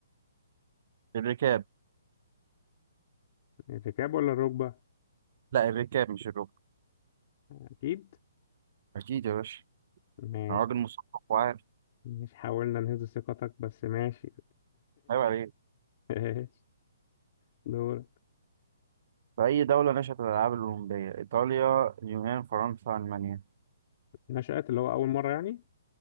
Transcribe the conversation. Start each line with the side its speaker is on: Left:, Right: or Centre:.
Right: الركاب
Left: الركاب ولا الركبة
Right: لا الركاب مش الركب
Left: أكيد
Right: اكيد يا باشا
Left: ماشي
Right: انا راجل مثقف وعارف
Left: مش حاولنا نهز ثقتك بس ماشي
Right: عيب عليك
Left: <laughs> ماشي دور
Right: في اي دوله نشأت الالعاب الاولمبيه ايطاليا اليونان فرنسا المانيا
Left: نشأت اللي هو أول مرة يعني